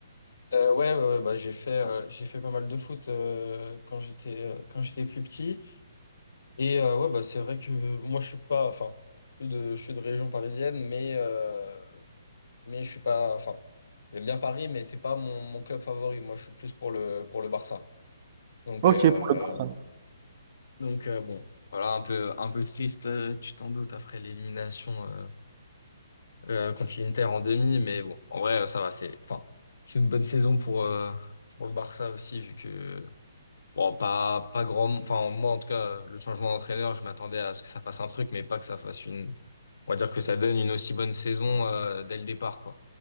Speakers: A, on the left (about 65°); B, on the right (about 25°).
A: Euh, ouais, ouais, ouais, bah, j'ai fait euh, j'ai fait pas mal de foot euh, quand j'étais euh, quand j'étais plus petit. Et euh, ouais, bah c'est vrai que moi je suis pas enfin je suis de je suis de région parisienne, mais euh, mais je suis pas enfin j'aime bien Paris, mais c'est pas mon, mon club favori. Moi, je suis plus pour le pour le Barça. Donc
B: Ok,
A: euh,
B: pour le Barça.
A: Donc euh, bon, voilà, un peu, un peu triste, euh, tu t'en doutes, après l'élimination euh, euh, contre l'Inter en demi, mais bon, en vrai, euh, ça va, c'est, enfin, c'est une bonne saison pour, euh, pour le Barça aussi, vu que, bon, pas, pas grand, enfin, moi, en tout cas, euh, le changement d'entraîneur, je m'attendais à ce que ça fasse un truc, mais pas que ça fasse une, on va dire que ça donne une aussi bonne saison euh, dès le départ, quoi.